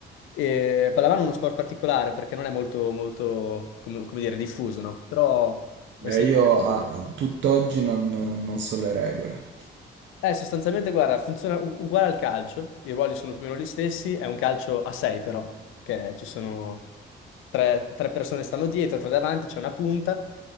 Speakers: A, on the left; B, on the right.
A: E pallamano è uno sport particolare perché non è molto, molto, come, come dire, diffuso, no? Però mi
B: Eh,
A: è sempre
B: io a
A: piaciuto.
B: tutt'oggi non, non so le regole.
A: Eh, sostanzialmente, guarda, funziona u- uguale al calcio, i ruoli sono più o meno gli stessi, è un calcio a 6 però, perché ci sono tre, tre persone stanno dietro, tre davanti, c'è una punta